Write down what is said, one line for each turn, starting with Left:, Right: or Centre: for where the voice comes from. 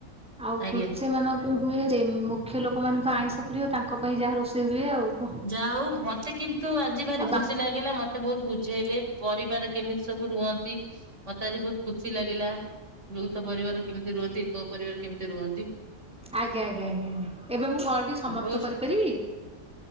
Centre: ଆଉ
Right: ଆଜ୍ଞା।
Centre: ସେମାନ ହୁଏ ମୁଖ୍ୟ ଲୋକ ମାନେ ତ ଆଇଁଷ ପ୍ରିୟ ତାଙ୍କ ପାଇଁ ଯାହା ରୋଷେଇ ହୁଏ ଆଉ କଣ।
Right: ଯାହା ହଉ ମତେ କିନ୍ତୁ ଆଜି ଭାରି
Centre: ଆଉ
Right: ଖୁସି ଲାଗିଲା ମତେ ମତେ ବହୁତ ବୁଝେଇଲେ ପରିବାର କେମିତି ସବୁ ରୁହନ୍ତି ମତେ ଆଜି ବହୁତ ଖୁସି ଲାଗିଲା। ବୌଥ ପରିବାର କେମିତି ରୁହନ୍ତି ଏକ ପରିବାର କେମିତି ରୁହନ୍ତି।
Centre: ଆଜ୍ଞା ଆଜ୍ଞା ଆଜ୍ଞା ଏବେ ମୁଁ କଲ୍ ଟିକେ ସମାପ୍ତ
Right: ବହୁତ
Centre: କରିପାରିବି?